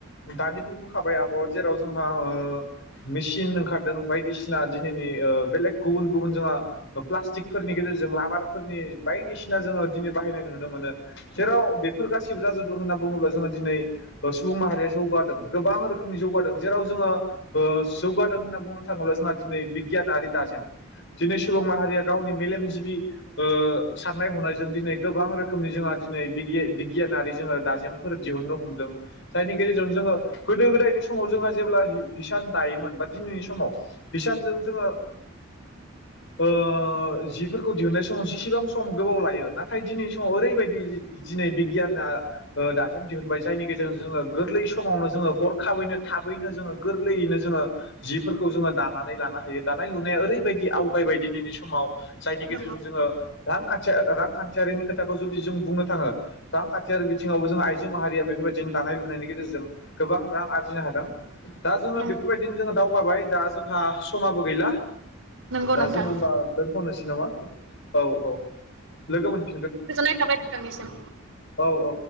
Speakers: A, on the left; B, on the right.
A: दानि बुंबोखाबाय आब' जेराव जोंहा ओ मेसिन ओंखार दों बायदिसिना दिनैनि ओ बेलेग गुबुन गुबुन जोंहा ओ प्लाटिकफोरनि गेजेरजों लाबारफोरनि बायदिसिना जोङो दिनै बाहायनाय नुनो मोनो। जेराव बेफोर गासिब जाजोबदों होनना बुङोब्ला जोङो दिनै ओ सुबुं माहारिया जौगादों। गोबां रोखोमनि जौगादों जेराव जोङो ओ जौगादों होनना बुंंनो थाङोब्ला जोंहा दिनै बिगियानारि दाजेम दिनै सुबुं माहारिया गावनि मेलेमजिबि ओ साननाय हनायजों दिनै गोबां रोखोमनि जोंहा दिनै बिगिए बिगियानारि जोङो दाजेमफोर दिहुनन्नो हमदों। जायनि गेजेरजों जोङो गोदो गोदायनि समाव जोंहा जेब्ला हि-हिसान दायोमोन बा दिनैनि समाव बिसानजों जोंङो ओ जिफोरखौ दिहुननाय समाव जिसिबां सम गोबाव लायो। नाथाय दिनैनि समाव ओरैबायदि जि दिनै बिगियाना ओ दाजेम दिहुनबाय जायनि गेजेर जोङो गोरलै समावनो जोङो हरखाबैनो थाबैनो जोङो गोरलैयैनो जोङो जिफोरख खौ जोङो दानानै लानो हायो। दानाय लुनाया ओरैबायदि आवगायबाय दिनैनि समाव जायनि
B: नंगौ
A: गेजेरजों जोङो रां खाथि आ रांखान्थियारिनि खोथाखौ जुदि जों बुंनो थाङो रांखान्थियारि बिथिङावबो जों आइजो माहारिया बेफोरबायदिनो दानाय लुनायनि गेजेरजों गोबां रां आरजिनो हादों। दा जोङो
B: नंगौ
A: बेफोर बायदिनो जोङो दावगाबाय। दा जोंहा समाबो गैला
B: नंगौ
A: दा
B: नोंथां
A: जोङो होमबा दोनथ'नोस नङा औ औ लोगो मोन
B: गोजोननाय थाबाय नोंथांनिसिम।
A: औ औ